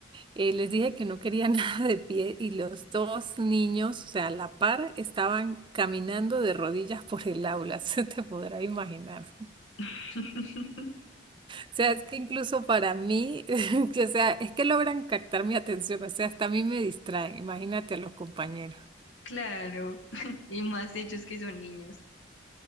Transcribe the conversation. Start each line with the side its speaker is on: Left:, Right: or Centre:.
Right: eh, les dije que no quería <laughs> nada de pie y los dos niños, o sea, a la par, estaban caminando de rodillas por el aula, <laughs> se te podrá imaginar.
Left: <laughs>
Right: O sea, es que incluso para mí, <laughs> que, o sea, es que logran captar mi atención, o sea, hasta a mí me distraen, imagínate a los compañeros.
Left: Claro, <laughs> y más ellos que son niños.